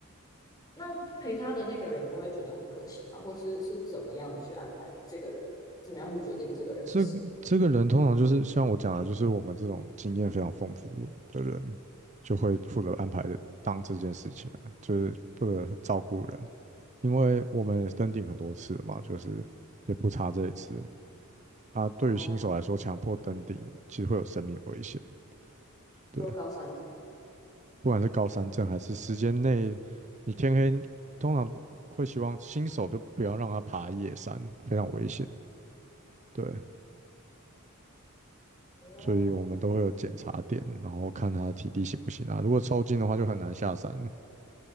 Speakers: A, on the left; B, on the right.
A: 那陪他的那个人不会觉得很可惜吗？或是是怎么样去安排这个人？怎么样去决定这个人是谁？
B: 这这个人通常就是像我讲的，就是我们这种经验非常丰富的人，就会负责安排当这件事情啊就是负责照顾人，因为我们也登顶很多次了嘛，就是也不差这一次啊。对于新手来说，
A: 哦，
B: 强迫登顶其实会有生命危险，
A: 你说高山症
B: 对，不管是高山症还是时间内，你天黑，通常会希望新手就不要让他爬夜山，非常危险，对。
A: 哦，
B: 所以我们都会有检查点，然后看他的体力行不行啊。如果抽筋的话，就很难下山